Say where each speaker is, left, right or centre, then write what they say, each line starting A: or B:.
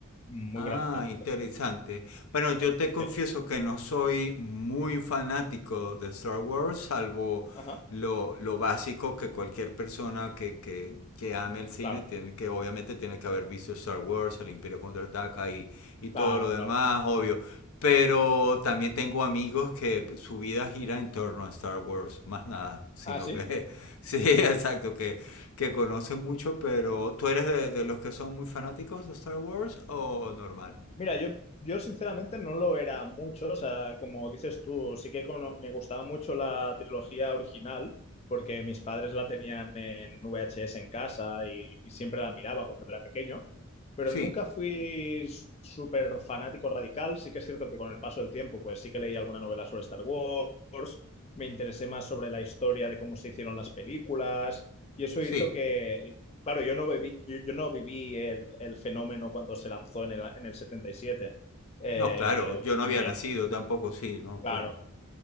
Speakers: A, on the left (about 30°); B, on the left (about 70°).
A: muy
B: Ah,
A: gratamente.
B: interesante. Bueno, yo te confieso
A: Sí,
B: que no soy muy fanático de Star Wars, salvo
A: ajá,
B: lo, lo básico que cualquier persona que, que, que ame el cine
A: claro,
B: tiene que, obviamente, tiene que haber visto Star Wars, el Imperio Contraataca y, y todo
A: claro,
B: lo demás,
A: claro.
B: obvio. Pero también tengo amigos que su vida gira en torno a Star Wars, más nada, sino
A: Ah, sí.
B: que, <laughs> sí, exacto, que que conocen mucho, pero ¿tú eres de, de los que son muy fanáticos de Star Wars o normal?
A: Mira, yo, yo sinceramente no lo era mucho, o sea, como dices tú, sí que cono- me gustaba mucho la trilogía original, porque mis padres la tenían en VHS en casa y, y siempre la miraba cuando era pequeño, pero
B: Sí,
A: nunca fui s- súper fanático radical, sí que es cierto que con el paso del tiempo, pues sí que leí alguna novela sobre Star Wars, me interesé más sobre la historia de cómo se hicieron las películas, y eso
B: sí.
A: hizo que, Claro, yo no viví, yo yo no viví el, el fenómeno cuando se lanzó en el, en el 77, eh,
B: No, claro, yo
A: porque
B: no había
A: no había,
B: nacido tampoco, sí, no,
A: claro.
B: claro.